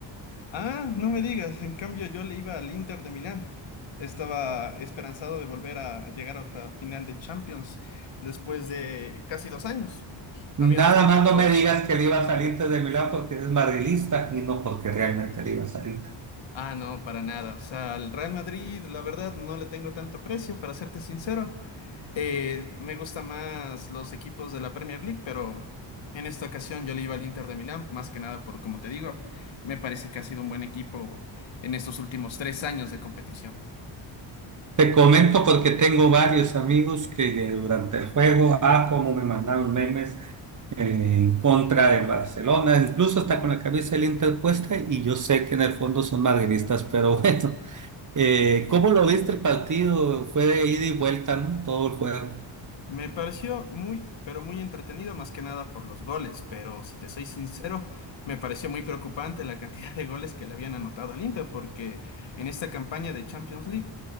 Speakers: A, on the left; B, on the right.
A: Ah, no me digas, en cambio yo le iba al Inter de Milán. Estaba esperanzado de volver a llegar a otra final de Champions después de casi dos años.
B: Nada
A: Habíamos perdido
B: más no
A: la
B: me
A: última.
B: digas que le iba a salir desde Milán porque eres madrilista y no porque realmente le iba a salir.
A: Ah, no, para nada. O sea, al Real Madrid, la verdad, no le tengo tanto aprecio, para serte sincero. Eh, me gustan más los equipos de la Premier League, pero en esta ocasión yo le iba al Inter de Milán, más que nada por, como te digo, me parece que ha sido un buen equipo en estos últimos tres años de competición.
B: Te comento porque tengo varios amigos que eh, durante el juego, ah, cómo me mandaron memes en contra del Barcelona, incluso está con la cabeza del Inter puesta y yo sé que en el fondo son madridistas, pero <laughs> bueno, Eh, ¿cómo lo viste el partido? Fue de ida y vuelta, ¿no? Todo el juego.
A: Me pareció muy, pero muy entretenido, más que nada por los goles, pero si te soy sincero, me pareció muy preocupante la cantidad de goles que le habían anotado al Inter, porque en esta campaña de Champions League